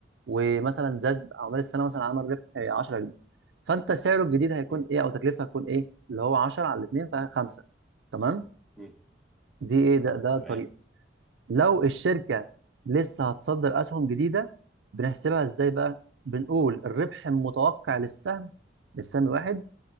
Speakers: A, on the right (about 75°); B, in the centre.
A: ومثلا زاد على مدار السنه مثلا عمل ربح آه، 10 جنيه فانت سعره الجديد هيكون
B: مم.
A: ايه او تكلفته هتكون ايه اللي هو 10 على 2 فخمسه تمام
B: مم.
A: دي ايه ده ده
B: تمام
A: الطريقه لو الشركة لسه هتصدر أسهم جديدة بنحسبها إزاي بقى؟ بنقول الربح المتوقع للسهم للسهم الواحد